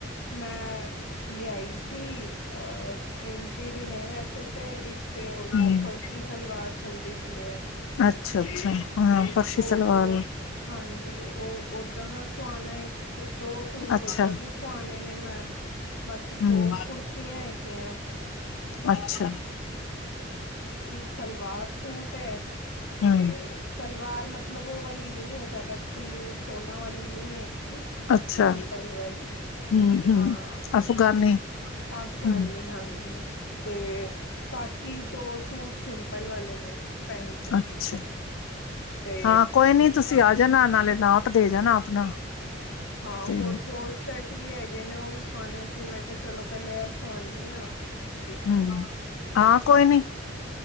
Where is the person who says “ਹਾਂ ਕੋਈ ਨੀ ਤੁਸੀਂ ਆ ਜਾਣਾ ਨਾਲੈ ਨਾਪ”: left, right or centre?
Left